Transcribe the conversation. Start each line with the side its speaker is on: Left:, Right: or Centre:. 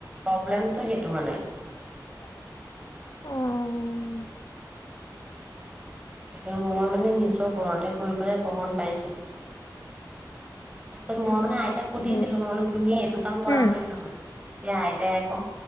Right: প্ৰব্লেম তই সেইটো মানে।
Left: অ'।
Right: গতিকে মই মানে নিজৰ ঘৰতে কৰি পেলাই প্ৰমাণ পাইছো। তাৰপিছত মই
Left: হয়
Right: মানে আইতাক সুধিছিলো,
Left: দিয়া,
Right: মই বোলো তুমি এইটো কাম কৰা
Left: উম,
Right: হয় নে নহয়? তেতিয়া আইতাই আকৌ